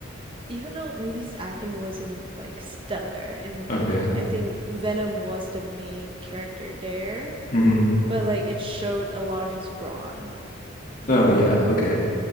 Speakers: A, on the right; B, on the left.
A: even though maybe his acting wasn't like stellar in Venom,
B: Okay.
A: I think Venom was the main character there,
B: hmm
A: but like it showed a lot of his brawn, you
B: Oh
A: know?
B: yeah. Okay.